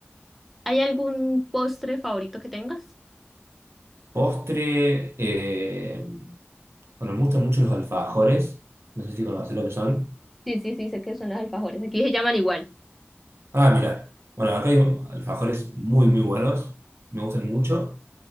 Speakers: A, in the centre; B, on the right.
A: ¿Hay algún postre favorito que tengas?
B: postre, eh, bueno, me gustan mucho los alfajores. No sé si conocés lo que son.
A: Sí, sí, sí, sé que son los alfajores. Aquí se llaman igual.
B: Ah, mira. Bueno, acá hay alfajores muy, muy buenos. Me gustan mucho.